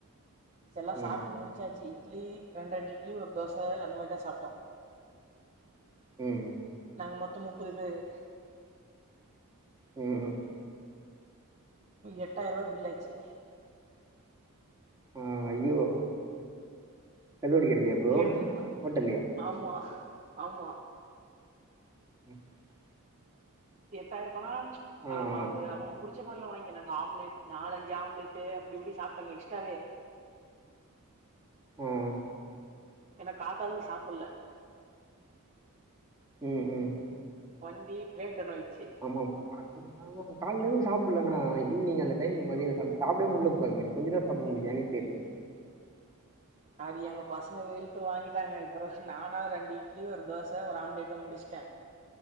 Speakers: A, on the right (about 35°); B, on the right (about 15°).
A: எல்லா
B: ம்
A: சாப்ட்டு முடிச்சாச்சு இட்லி ரெண் ரெண்டு இட்லி ஒரு தோச அந்த மாரி தா சாப்ட்டோ
B: ம்
A: நாங்க மொத்தொ முப்பது பேரு
B: ம்
A: எட்டாயருவா பில்லாச்சு
B: ஆ ஐயோ தள்ளுவண்டி கடைலயா ப்ரோ
A: எடுத்துணு போ
B: ஹோட்டல்லயா
A: ஆமா ஆமா
B: <inaudible>
A: எட்டாயருபானா
B: ஆ
A: ஆமா அவுங்க
B: ஆ
A: அவுங்ளுக்கு புடிச்ச மாரி லா வாங்கினாங்க ஆம்லட் நாலஞ்சு ஆம்லட்டு அப்டி இப்டி சாப்ட்டாங்க எக்ஸ்ட்ராவே
B: ம்
A: ஏன்னா காத்தாலந்து சாப்புட்ல
B: ம் ம்
A: வண்டி பிரேக் டன் ஆயிச்சு
B: ஆமா பா ஆமா காலந்து சாப்புட்ல நா ஈவ்னிங் அந்த டைம் மதியொ சாப்டே முட்ல போ அதுமாரி கொஞ்சொதா சாப்ட முடிஞ்சு ஏனே தெரில
A: அது எங்க பசங்க வெளுத்து வாங்கிட்டாங்க அப்றொ நானா ரெண்டு இட்லி ஒரு தோச ஒரு ஆம்லேட் தா முடிச்ட்டே